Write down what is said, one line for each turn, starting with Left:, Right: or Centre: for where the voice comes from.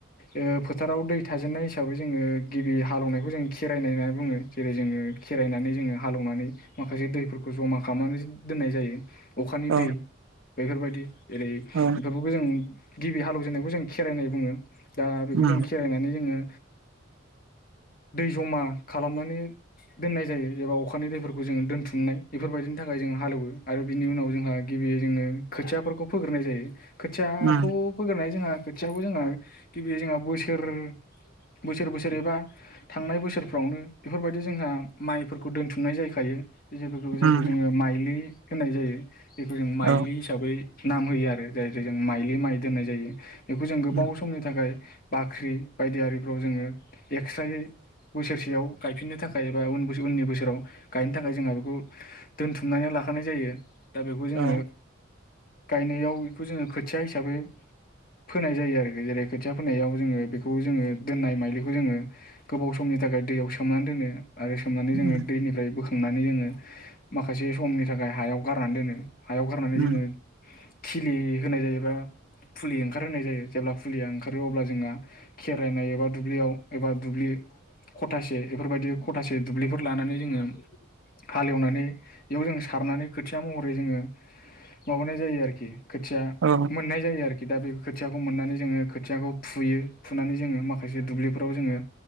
Left: ओ फोथार फोराव दै थाजेननाय हिसाबै जोङो गिबि हालेवनायखौ जों खेरायनाय होननानै बुङो जेरै जोङो खेरायनानै जोङो हालेवनानै माखासे दैफोरखौ जमा खालामनानै दोननाय जायो अखानि
Right: औ
Left: दै बेफोरबायदि जेरै बेफोरखौबो
Right: औ
Left: जों गिबि हालेवजेननायखौ जों खेराइनाय बुङो दा बेखौ
Right: उम
Left: जों खेरायनानै जोङो दै जमा खालामनानै दोननाय जायो। जेब्ला अखानि दैफोरखौ जोङो दोनथुमनाय बेफोरबायदिनि थाखाय जों हालेवो आरो बिनि उनाव जोंहा गिबियै जोङो खोथियाफोरखौ फोग्रोनाय जायो। खोथियाखौ
Right: उम
Left: फोगोरनाया जोंहा खोथियाखौ जोंहा गिबियै जोंहा बोसोर बोसोर बोसोर एबा थांनाय बोसोर फ्रावनो बेफोरबायदि जोंहा माइफोरखौ दोन्थुमनाय जायखायो जेफोरखौ जायखौ
Right: उम
Left: जोङो माइलि। होननाय जायो बेखौ जों माइलि
Right: औ
Left: हिसाबै नाम होयो आरो जायखो जों माइलि माइ दोननाय जायो बेखौ जों गोबाव
Right: उम
Left: समनि थाखाय बाख्रि बायदि आरिफ्राव जोङो एक्स्रायै बोसोरसेयाव गायफिननो थाखाय एबा उन उननि बोसोराव गायनो थाखाय जोंहा बेखौ दोनथुमनाय नाय लाखानाय जायो दा बेखौ जोङो
Right: औ
Left: गायनायाव बेखौ जोङो खोथिया हिसाबै फोनाय जायो आरोखि जेरै खोथिया फोनायाव जोङो बेखौ जोङो दोननाय माइलिखौ जोङो गोबाव समनि थाखाय दैयाव सोमनानै दोनो आरो सोमनानै जोङो
Right: उम
Left: दैनिफ्राय बोखां नानै जोङो माखासे समनि थाखाय हायाव गारनानै दोनो हायाव गारनानै
Right: उम
Left: जोङो खिलि होनाय जायोबा फुलि ओंखारहोनाय जायो जेब्ला फुलिया ओंखारो अब्ला जोंहा खेराइनाय एबा दुब्लियाव एबा दुब्लि खथासे एफोरबायदि खथासे दुब्लिफोर लानानै जोङो हालेवनानै इयाव जों सारनानै खोथिया महरै जोङो माबानाय जायो आरोखि। खोथिया
Right: औ
Left: मोननाय जायो आरो खि दा बे खोथियाखौ मोननानै जोङो खोथियाखौ फुयो फुनानै जोङो माखासे दुब्लिफोराव जोङो